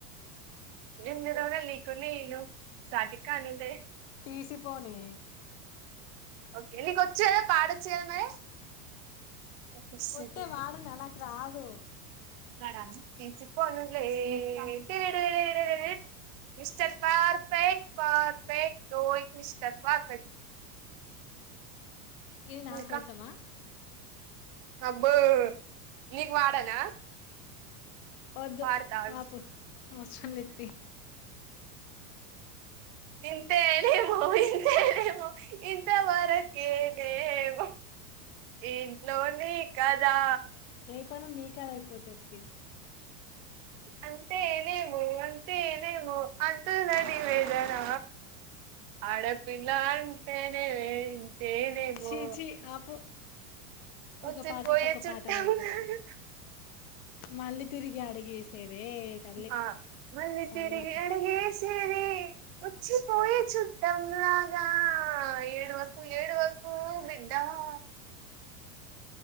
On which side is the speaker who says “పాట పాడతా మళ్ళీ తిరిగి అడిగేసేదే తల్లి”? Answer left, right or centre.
Left